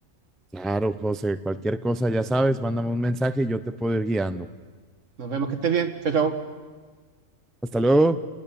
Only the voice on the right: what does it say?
Nos vemos que estés bien. Chao, chao.